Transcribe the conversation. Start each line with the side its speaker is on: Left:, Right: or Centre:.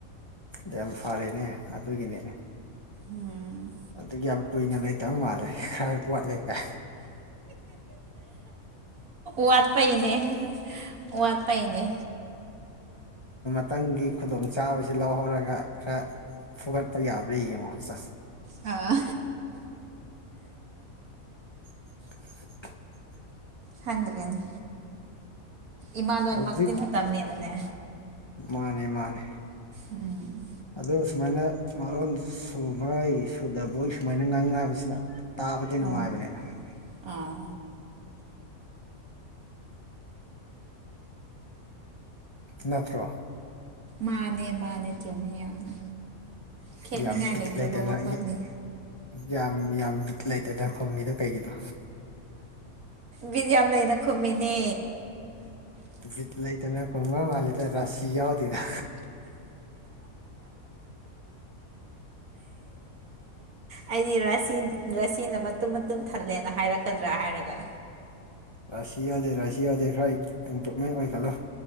Left: ꯌꯥꯝ ꯐꯔꯦꯅꯦ ꯑꯗꯨꯒꯤꯅꯦ
Right: ꯎꯝ
Left: ꯑꯗꯨ ꯌꯥꯝ ꯀꯨꯏꯅ ꯂꯩꯇꯕ ꯃꯥꯜꯂꯦ ꯈꯔ ꯋꯥꯠꯂꯦ ꯀ
Right: ꯋꯥꯠꯄꯥꯏꯅꯦ ꯋꯥꯠꯄꯥꯏꯅꯦ
Left: ꯈꯤꯇꯪꯒꯤ ꯈꯨꯗꯣꯡ ꯆꯥꯕꯁꯤ ꯂꯧꯍꯧꯔꯒ ꯈꯔ ꯐꯨꯒꯠꯄ ꯌꯥꯕꯔꯤ ꯌꯦꯡꯉꯣ ꯆꯁ
Right: ꯑꯥ
Left: <unintelligible>
Right: ꯈꯪꯗ꯭ꯔꯔꯤꯅꯦ ꯏꯃꯥꯂꯣꯟꯃꯛꯇꯤ
Left: ꯍꯧꯖꯤꯛ
Right: ꯅꯥꯇꯝꯅꯤꯅꯥꯅꯦ
Left: ꯃꯥꯅꯦ ꯃꯥꯅꯦ
Right: ꯎꯝ
Left: ꯑꯗꯣ ꯁꯨꯃꯥꯏꯅ ꯃꯔꯣꯟ ꯁꯨꯕꯩ ꯁꯨꯗꯕꯣꯏ ꯁꯨꯃꯥꯏꯅ ꯉꯥꯡꯕꯁꯤꯅ ꯇꯥꯕꯗꯤ ꯅꯨꯡꯉꯥꯏꯕꯅꯤꯅ
Right: ꯑꯥ ꯑꯥ
Left: ꯅꯠꯇ꯭ꯔꯣ
Right: ꯃꯥꯅꯦ ꯃꯥꯅꯦ ꯆꯨꯝꯃꯦ ꯌꯥꯝꯅ ꯈꯦꯠꯅꯤꯡꯉꯥꯏ
Left: ꯌꯥꯝ ꯕꯦꯠ
Right: ꯂꯩꯇ꯭ꯔꯕ
Left: ꯂꯩꯇꯅ
Right: ꯋꯥꯐꯝꯅꯤ
Left: ꯌꯥꯝ ꯌꯥꯝ ꯕꯤꯇ ꯂꯩꯇꯅ ꯈꯨꯝꯃꯤꯗꯣ ꯀꯩꯒꯤꯗꯣ
Right: ꯕꯦꯇ ꯌꯥꯝ ꯂꯩꯅ ꯈꯨꯝꯃꯤꯅꯦ
Left: ꯕꯤꯌ ꯂꯩꯇꯅ ꯈꯨꯝꯕ ꯃꯥꯜꯂꯦꯗ ꯔꯥꯁꯤ ꯌꯥꯎꯗꯦꯗ
Right: ꯑꯩꯗꯤ ꯔꯁꯤ ꯔꯁꯤꯅ ꯃꯇꯨꯝ ꯃꯇꯨꯝ ꯊꯜꯂꯦꯅ ꯍꯥꯏꯔꯛꯀꯗ꯭ꯔꯥ ꯍꯥꯏꯔꯒ
Left: ꯔꯁꯤꯌꯥꯗ ꯔꯁꯤꯌꯥꯗꯦ ꯈ꯭ꯔꯥꯏ ꯏꯝꯄꯔꯣꯚꯦꯃꯦꯜ ꯑꯣꯏ ꯀꯜꯂ